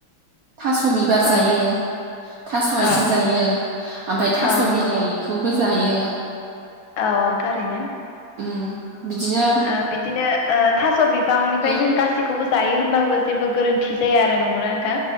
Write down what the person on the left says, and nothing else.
औ
औ
औ नंगौ
औ औ थारैनो
ओ बिदिनो ओ थास' बिफांनिफ्राय
जों गासिखौबो जायो होनबाबो जेबो गोरोन्थि जाया आरो नंगौनो नोंथां?